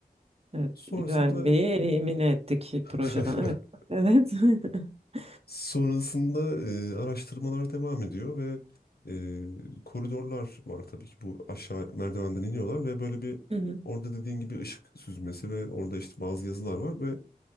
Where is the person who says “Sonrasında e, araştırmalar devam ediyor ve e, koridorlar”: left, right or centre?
Left